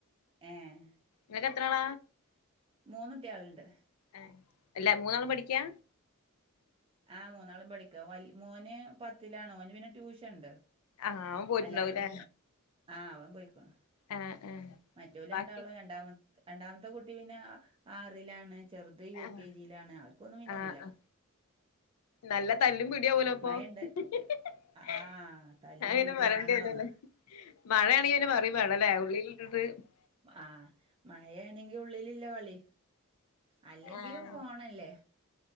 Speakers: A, on the right; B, on the left.
A: ഏഹ്
B: നിനക്ക് എത്രളാ
A: മൂന്നൂട്ടികളുണ്ട്
B: ആ എല്ല മൂന്നാളും പഠിക്കാ
A: ആഹ മൂന്നാളും പഠിക്ക മോന് പത്തിലാണ് ഓന് പിന്നെ ട്യൂഷൻണ്ട്
B: ആഹ് അവൻ പോയിട്ടുണ്ടാവൂല്ലേ
A: അല്ലാതൊല് ആ ഓൻ പോയിക്കോണു
B: ആഹ് ആഹ്
A: മറ്റൊല് രണ്ടാളും
B: ബാക്കി
A: രണ്ടാമത് രണ്ടാമത്തെ കുട്ടി പിന്നെ ആറിലാണ്. ചെറുത് യു
B: ആഹ്
A: കെ ജി യിലാണ് ആർക്കൊന്നും പിന്നല്ല
B: ആഹ് നല്ല തല്ലും പിടിയാവലോ അപ്പൊ
A: മഴണ്ട്
B: ഹ്ഹ്ഹ്
A: ആഹ് തല്ലും
B: അങ്ങനെ
A: പിടിയും
B: പറണ്ടി
A: ആണോന്നോ
B: തന്നല്ലേ മഴയാണെങ്കി പിന്നെ പറയും വേണല്ലേ ഉള്ളിൽ <unintelligible>
A: ആഹ മഴയാണെങ്കി ഉള്ളിലില്ല കളി അല്ലെങ്കിലും
B: ആഹ്
A: ഫോണല്ലേ?